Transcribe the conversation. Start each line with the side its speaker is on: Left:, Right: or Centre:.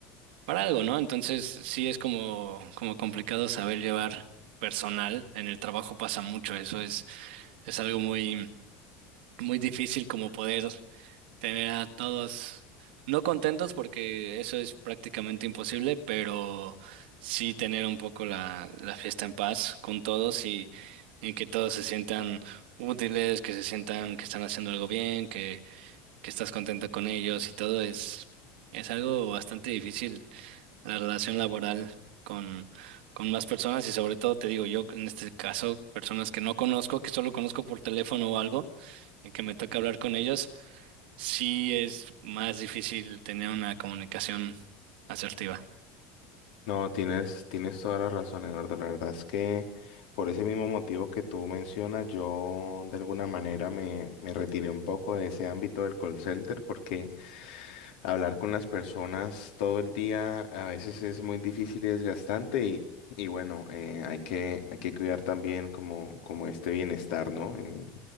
Right: para algo, ¿no? Entonces, sí es como, como complicado saber llevar personal. En el trabajo pasa mucho, eso es, es algo muy muy difícil como poder tener a todos no contentos porque eso es prácticamente imposible, pero sí tener un poco la, la fiesta en paz con todos y, y que todos se sientan útiles, que se sientan que están haciendo algo bien, que, que estás contento con ellos y todo es, es algo bastante difícil la relación laboral con, con más personas y sobre todo te digo yo en este caso personas que no conozco, que solo conozco por teléfono o algo y que me toca hablar con ellos, sí es más difícil tener una comunicación asertiva.
Left: no, tienes, tienes toda la razón, Eduardo, la verdad es que por ese mismo motivo que tú mencionas, yo de alguna manera me, me retiré un poco de ese ámbito del call center porque Hablar con las personas todo el día a veces es muy difícil y desgastante y, y bueno, eh, hay que, hay que cuidar también como, como este bienestar, ¿no? Eh,